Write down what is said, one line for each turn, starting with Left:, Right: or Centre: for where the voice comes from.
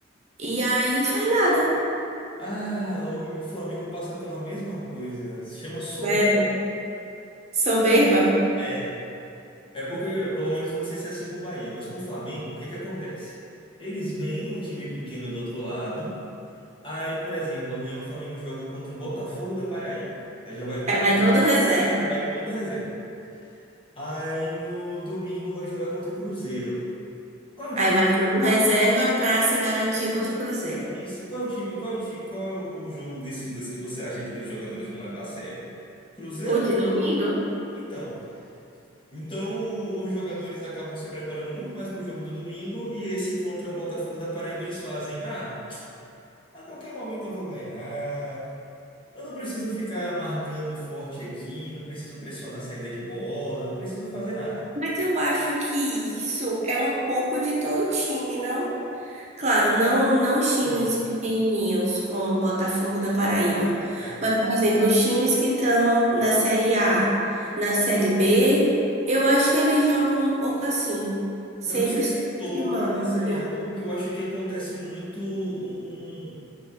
Right: e aí faz nada.
Left: Ah, o o Flamengo passa pela mesma coisa. Se chama soberba.
Right: Sério. Soberba.
Left: É, é porque, pelo menos, não sei se é assim com o Bahia, mas com o Flamengo, o que que acontece? Eles veem um time pequeno do outro lado. Aí, por exemplo, amanhã o Flamengo joga contra o Botafogo da Paraíba. Aí já vai,
Right: Aí
Left: com-
Right: vai todo reserva.
Left: vai todo reserva. Aí no domingo vai jogar contra o Cruzeiro. Qual é o time?
Right: Aí vai todo reserva para se garantir contra o Cruzeiro.
Left: Isso, qual é o time? Qual é o time? Qual é o jogo desses dois que você acha que os jogadores vão levar a sério? Cruzeiro?
Right: O de domingo.
Left: Então. Então, o- os jogadores acabam se preparando muito mais para o jogo do domingo e esse contra o Botafogo da Paraíba eles fazem, ah, a qualquer momento eu vou ganhar. Eu não preciso ficar marcando forte aqui, não preciso pressionar a saída de bola, não preciso fazer nada.
Right: Mas eu acho que isso é um pouco de todo time, não? Claro, não, não os times
Left: É.
Right: pequenininhos como o Botafogo da Paraíba,
Left: É.
Right: mas, por exemplo, os times que estão na Série A, na Série B, eu acho que eles jogam um pouco assim, sempre
Left: Eu não sei
Right: subestimando
Left: se todos da
Right: o
Left: Série
Right: time.
Left: A, mas porque eu acho que acontece muito um- um-